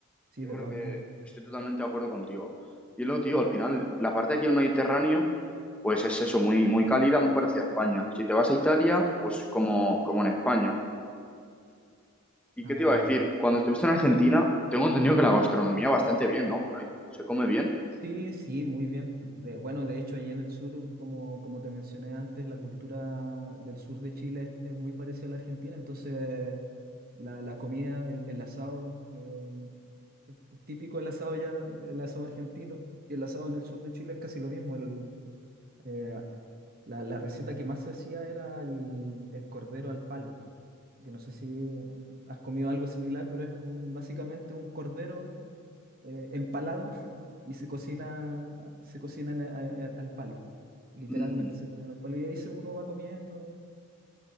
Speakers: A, on the right (about 45°); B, in the centre.
A: Sí,
B: yo
A: de
B: creo
A: todas
B: que
A: maneras.
B: estoy totalmente de acuerdo contigo. Y luego, tío, al final la parte aquí del Mediterráneo, pues es eso, muy, muy cálida, muy parecida a España. Si te vas a Italia, pues como, como en España. ¿Y
A: Ah,
B: qué te iba
A: ya.
B: a decir? Cuando estuviste en Argentina, tengo entendido que la gastronomía bastante bien, ¿no? Por ahí. ¿Se come bien?
A: Sí, sí, muy bien. De- bueno, de hecho, allí en el sur, como, como te mencioné antes, la cultura del sur de Chile es, es muy parecida a la argentina, entonces la, la comida, el, el asado, eh, es, es típico el asado ya, el asado argentino, y el asado en el sur de Chile es casi lo mismo. El, eh, la, la receta que más se hacía era el, el cordero al palo, que no sé si has comido algo similar, pero es un- básicamente un cordero eh, empalado <laughs> y se cocina, se cocinan a- a- al palo. Literalmente
B: Mm,
A: se cocina al palo. Y ahí se uno va comiendo.